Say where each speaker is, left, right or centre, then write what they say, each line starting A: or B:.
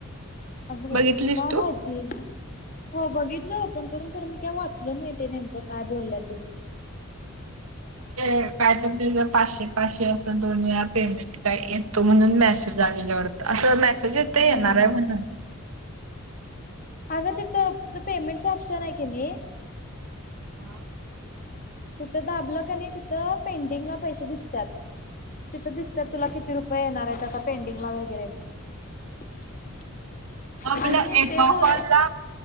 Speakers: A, on the left; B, on the right.
A: अगरे
B: बघितलीस
A: काय
B: तू
A: माहत मी बघितलं आपण करून खरं मी काय वाचल नाही ते नेमकं काय बोललं ते
B: काय तर तझ पाचशे पाचशे असं दोन वेळा पेमेंट काय येतो म्हणून मेसेज आलेला वाटतं असं मेसेज येत येणार
A: हा हा
B: आहे म्हणून
A: अगं तिथं तिथं पेमेंटचं ऑप्शन आहे की नाही
B: हा
A: तिथं दाबल क आणि तिथं पेंटिंगला पैसे दिसतात तिथं दिसतात तुला किती रुपये येणार आहेत आता पेंडिंग ला वगैरे <inaudible>
B: आप आपला
A: आणि
B: एक
A: ते
B: प
A: झालं
B: कॉलला